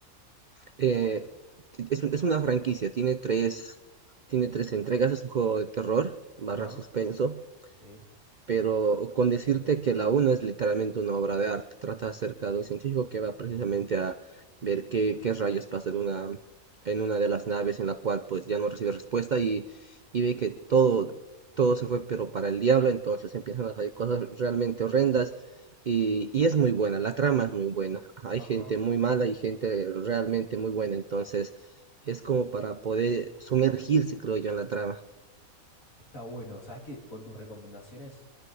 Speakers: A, on the right; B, on the left.
A: Eh, ti- es, un- es una franquicia, tiene tres, tiene tres entregas, es un juego de terror barra
B: Ajá,
A: suspenso.
B: sí,
A: pero con decirte que la uno es literalmente una obra de arte. Trata acerca de un científico que va precisamente a ver qué, qué rayos pasa en una, en una de las naves en la cual pues ya no recibe respuesta y, y ve que todo, todo se fue pero para el diablo, entonces empiezan a salir cosas realmente horrendas y, y es muy buena, la trama es muy buena. Hay
B: ajá.
A: gente muy mala y gente realmente muy buena, entonces es como para poder sumergirse, creo yo, en la trama.
B: Está bueno. ¿Sabes qué? Con tus recomendaciones,